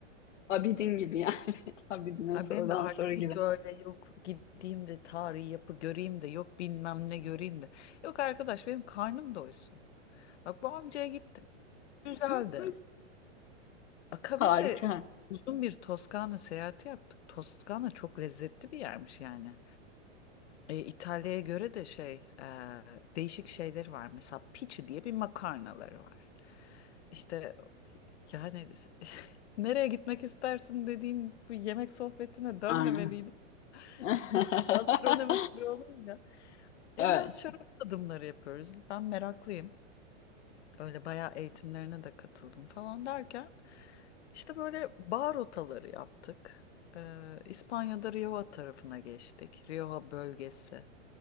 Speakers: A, on the left; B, on the left.
A: Abidin gibi yani. <laughs> Abidin'e
B: Ay
A: sorulan
B: benim de artık
A: soru gibi.
B: hiç öyle yok gideyim de tarihi yapı göreyim de yok bilmem ne göreyim de. Yok arkadaş benim karnım doysun. Bak bu amcaya gittim. Güzeldi.
A: <laughs>
B: Akabinde
A: Harika.
B: uzun bir Toskana seyahati yaptık. Toskana çok lezzetli bir yermiş yani. E, İtalya'ya göre de şey e, değişik şeyleri var. Mesela pici diye bir makarnaları var. İşte yani <laughs> nereye gitmek istersin dediğin bu yemek sohbetine dönmemeliydi.
A: Aynen. <laughs>
B: <laughs> Gastronomi turu olunca.
A: Evet.
B: E biraz şarap tadımları yapıyoruz. Ben meraklıyım. Öyle bayağı eğitimlerine de katıldım falan derken işte böyle bar rotaları yaptık. Ee, İspanya'da Rioja tarafına geçtik. Rioja bölgesi.